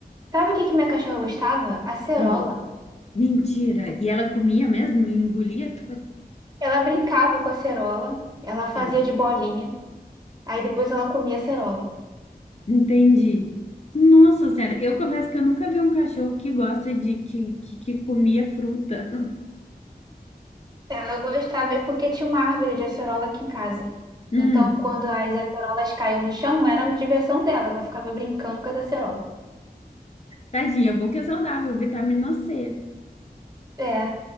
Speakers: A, on the right (about 25°); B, on the left (about 40°).
A: Sabe o que que minha cachorra gostava? Acerola.
B: Ah, mentira. E ela comia mesmo e engolia?
A: Ela brincava com a acerola, ela fazia
B: tudo?
A: de bolinha, aí depois ela comia acerola.
B: Entendi. Nossa Senhora, eu confesso que eu nunca vi um cachorro que gosta de que, que, que comia fruta. <laughs>
A: Ela gostava é porque tinha uma árvore de acerola aqui em casa.
B: Hum,
A: Então, quando as acerolas caíam no chão, era a diversão dela. Ela ficava brincando com as acerolas.
B: tadinha, é bom que é saudável, vitamina C.
A: É,